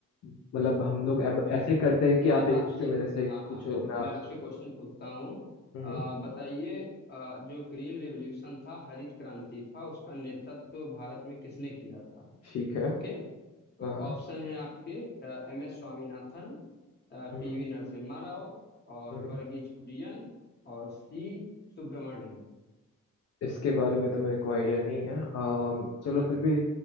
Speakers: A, on the left; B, on the left.
A: मतलब हम लोग अब
B: हाँ बिल्कुल
A: ऐसे ही करते हैं कि
B: मैं
A: आप एक
B: आपसे
A: पूछो मेरे से एक
B: हाँ हाँ
A: पूछो
B: बिल्कुल
A: मैं आपसे
B: मैं आपसे क्वेश्चन पूछता हूँ
A: हम्म
B: आ, बताइए आ, जो ग्रीन रेवोल्यूशन था हरित क्रांति था उसका नेतृत्व भारत में किसने किया था
A: ठीक है
B: ओके तो
A: हाँ
B: ऑप्शन है आपके M S Swaminathan PV
A: हम्म
B: Narasimha Rao और
A: हम्म।
B: वर्गीज कुरियन और सी सुब्रमण्यम
A: इसके बारे में तो मेरे को आइडिया नहीं है अम, चलो
B: अच्छा
A: फिर भी